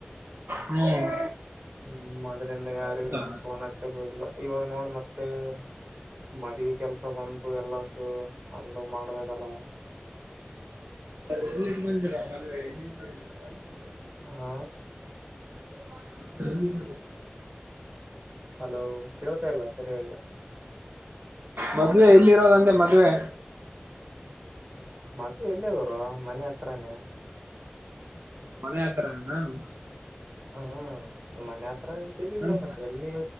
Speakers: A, on the right; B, on the right.
A: ಹ್ಮ್
B: ಹ್ಮ್ ಅದ್ರಿಂದ ಯಾರಿಗು
A: ಹೌದಾ
B: ಫೋನ್ ಹಚ್ಚಕ್ ಹೋಗಿಲ್ಲ ಇವಾಗ ನೋಡ್ ಮತ್ತ ಮತ್ತೆ ಮದ್ವಿ ಕೆಲ್ಸ ಬಂತು ಎಲ್ಲ ಕೆಲಸ ಒಂದು ಮಾಡ್ಬೇಕಲ್ಲ
A: <unintelligible>
B: ಹಾ
A: <inaudible>
B: ಹಲೋ ಕೇಳ್ತಾ ಇಲ್ಲ ಸರಿಯಾಗಿ
A: ಮದ್ವೆ ಎಲ್ಲಿರೋದಂದೆ ಮದ್ವೆ
B: ಮದುವೆ ಇಲ್ಲೇ ಗುರು ಮನೆ ಹತ್ರಾನೇ
A: ಮನೆ ಹತ್ತಿರನೆನ
B: ಹ್ ಮನೆ ಹತ್ರ ಇತವಿ ಕಡ
A: ನನ್
B: ಮ ಎಲ್ಲಿ